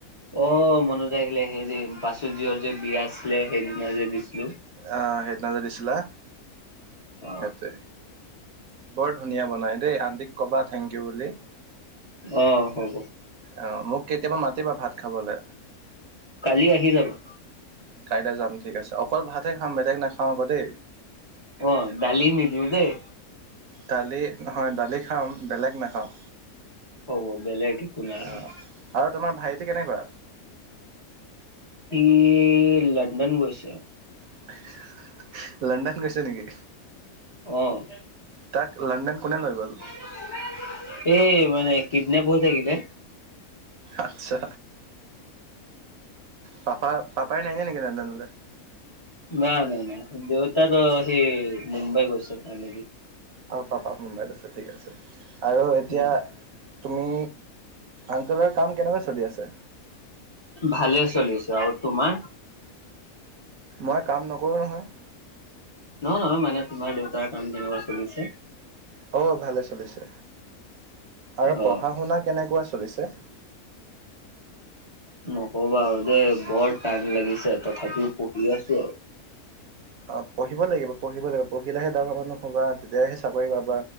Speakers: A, on the left; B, on the right.
A: অ' মনত আহিলে, সেইযে পাচুয্য যে বিয়া আছিলে, সেইদিনা যে দিছিলোঁ।
B: অ', সেইদিনা যে দিছিলা।
A: অ
B: সেইটোৱে, বৰ ধুনীয়া বনাইদেই, আণ্টিক ক'বা থেংক ইউ বুলি।
A: অ, হ'ব।
B: অ', মোক কেতিয়াবা মাতিবা ভাত খাবলে।
A: কালি আহি যাবা।
B: কাইলৈ যাম ঠিক আছে, অকল ভাতহে খাম বেলেগ নাখাওঁ আকৌ দেই।
A: অ' দালি নিদিব দেই।
B: দালি, নহয় দালি খাম, বেলেগ নাখাওঁ।
A: হ'ব বেলেগ একো নালাগে।
B: অ আৰু তোমাৰ ভাইটি কেনেকুৱা?
A: সি লণ্ডন গৈছে।
B: <unintelligible> লণ্ডন গৈছে নেকি?
A: অ'।
B: তাক, লণ্ডন কোনে লৈ গ'ল?
A: <unintelligible> এই মানে কিডনেপ হৈ থাকিলে।
B: অট্চা, পাপা, পাপাই নাহে নেকি লন্দনলৈ?
A: ন নাই নাই, দেউতটো সি মুম্বাই গৈছে <unintelligible> তোমাৰ।
B: অ পাপা মুম্বাইত আছে, ঠিক আছে, আৰু এতিয়া
A: উম
B: তুমি আংকলৰ কাম কেনেকোৱা চলি আছে?
A: ভালে চলিছে আৰু তোমাৰ।
B: মই কাম নকৰোঁ নহয়।
A: নহয় নহয় মানে তোমাৰ দেউতাৰ কাম কেনেকুৱা চলিছে?
B: অঁ ভালে চলিছে, আৰু
A: অ
B: পঢ়া শুনা কেনেকুৱা চলিছে?
A: নকবা আৰু দেই বৰ টাইম লাগিছে তথাপিও পঢ়ি আছো আৰু।
B: অ পঢ়িব লাগিব পঢ়িব লাগিব পঢ়িলেহে ডাঙৰ মানুহ হ'বা তেতিয়াহে চাকৰি পাবা।